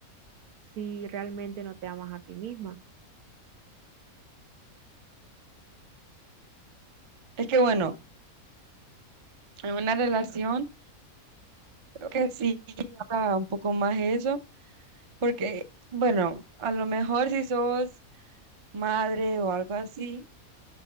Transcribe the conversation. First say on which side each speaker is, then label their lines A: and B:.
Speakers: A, on the right (about 80°); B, on the right (about 35°).
A: si realmente no te amas a ti misma.
B: Es que bueno, en una relación creo que sí está un poco más eso, porque bueno, a lo mejor si sos madre o algo así,